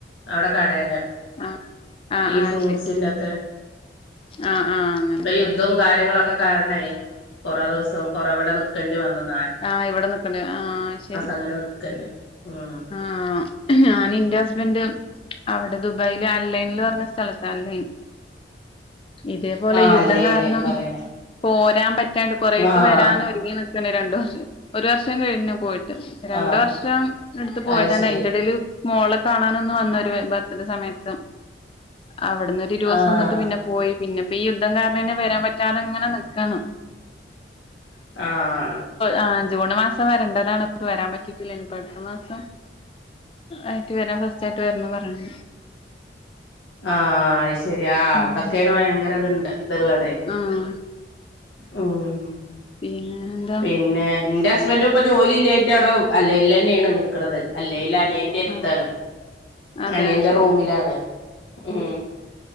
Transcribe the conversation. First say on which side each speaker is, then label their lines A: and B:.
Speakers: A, on the left; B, on the left.
A: അവടെ കടേലാണ്.
B: ആഹ് ആഹ്
A: ഈ
B: ആഹ്
A: ഫ്രൂട്ട്സിന്റെ
B: ശരി
A: ഒക്കെ
B: ആഹ് ആഹ് അങ്ങനെ
A: പ്പൊ യുദ്ധം
B: ശരി
A: കാര്യങ്ങളൊക്കെ കാരണ കൊറേ ദിവസം കൊറവിടെ നിക്കണ്ടി വന്നന്ന്
B: ആ ഇവിടെ ന്ക്ക്ണ്ട് ആ ആ ശെരി
A: അങ്ങനെ നിക്കല്ലോ ഉം
B: ആ ഞാന് ന്റെ ഹസ്ബന്റ് അവടെ ദുബായില് അൻലൈൻന്ന് പറഞ്ഞ സ്ഥലത്ത് അൻലൈൻ ഇതേപോലെ
A: ആഹ്
B: യുദ്ധം
A: അല്ലേ
B: കാരണം
A: ഇല്ലേ അറിയാം
B: പോയ രാൻ പറ്റാണ്ട് കൊറേക്കെ
A: ആഹ്
B: വെരാൻ ഒരുങ്ങി നിക്ക്ണ് രണ്ട് വർഷം ഒരു വർഷം കഴിഞ്ഞു പോയിട്ട് ർഷ് രണ്ട്
A: ആഹ്
B: വർഷം ത്ത് പോയതാണ്
A: അത് ശരി
B: അയ്ന്റെ എടേല് മോളെ കാണാനൊന്നു വന്നു ഒരു ബർത്ത്ഡേ സമയത്ത് അവിട്ന്നൊരു ഇരുവൂസം
A: ആഹ്
B: നിന്ന്ട്ട് പിന്നെ പോയി പിന്നെപ്പ ഈ യുദ്ധം കാരണം ന്നേ വെരാൻ പറ്റാതങ്ങനെ നിക്കാണ്
A: ആഹ്
B: ആ് ജൂണ് മാസം വരണ്ടതാണ് പ്പൊ വെരാൻ പറ്റിറ്റില ഇനിപ്പോ അടുത്ത മാസം ആയിട്ട് വെരാ ഫസ്റ്റായിട്ട് വരണം പറയ
A: ആ അത് ശെരി അവടെക്കെണ്
B: ഉം
A: ഭയങ്കരത് ത് ള്ളതേ
B: ആഹ്
A: ഉം
B: പിന്നെന്താ
A: പിന്നെ ന്റെ ഹസ്ബന്റും ഇപ്പ ജോലില്ലായിട്ട് അവടെ അല്ലെയ് ന്നെണ് നിക്ക്ണത് അല്ലേല് അനിയന്റെട്
B: ആഹ്
A: ത്താണ്
B: അതെ
A: അനിയന്റെ
B: അത് ശരി
A: റൂമിലാണ് ഉം